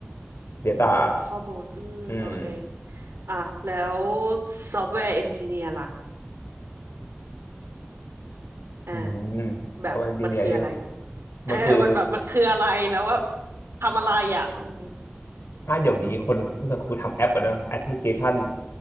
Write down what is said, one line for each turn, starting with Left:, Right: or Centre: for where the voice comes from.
Left: Data
Right: ของข้อมูลอืม
Left: อืม
Right: โอเคอ่ะแล้วซอฟต์แวร์เอนจิเนียร์ล่ะอ่า
Left: อืม
Right: แบบมันคืออะไร
Left: เอาจริงๆเนี่ยเนี่ย
Right: เออมันแบบมันคืออะไรแล้วแบบ
Left: มันคือ
Right: ทำอะไรอ่ะอืม
Left: ถ้าเดี๋ยวนี้คนพูดกันครูทำแอปอะเนอะแอปพลิเคชัน